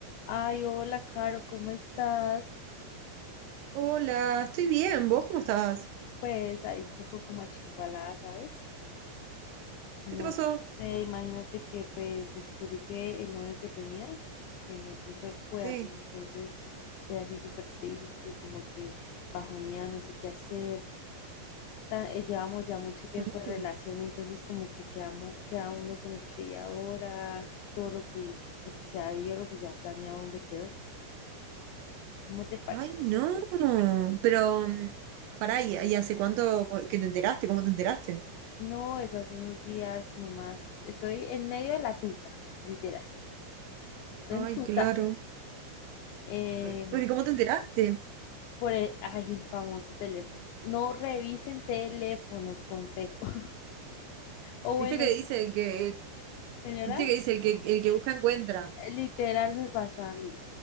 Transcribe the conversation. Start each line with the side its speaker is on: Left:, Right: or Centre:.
Left: Ay, hola, Caro, ¿cómo estás?
Right: Hola, estoy bien. ¿Vos cómo estás?
Left: Pues ahí un poco como achicopalada, ¿sabes? No
Right: ¿Qué te pasó?
Left: sé, imagínate que pues descubrí que el novio que tenía como que me puso el cuerno,
Right: Sí.
Left: entonces estoy así súper triste, como que bajoneada, no sé qué hacer. Ta- eh, llevamos ya mucho tiempo
Right: ¡Ah!
Left: de
Right: No.
Left: relación, entonces como que quedamos, queda uno como que y ahora todo lo que, lo que se había, lo que se ha planeado, ¿dónde quedó? ¿Cómo te parece?
Right: Ay, no. Pero, mm, pará, ¿y, y hace cuánto cu- que te enteraste? ¿Cómo te enteraste?
Left: No, eso hace unos días nomás. Estoy en medio de la tusa, literal. Estoy
Right: Ay,
Left: en tusa.
Right: claro.
Left: eh,
Right: Eh, Pero, ¿y cómo te enteraste?
Left: por el, ay, el famoso teléfono. No revisen teléfonos, consejo. <laughs> O bueno,
Right: ¿Viste que dice que,
Left: señora,
Right: viste que dice el que el que busca encuentra?
Left: literal me pasó a mí.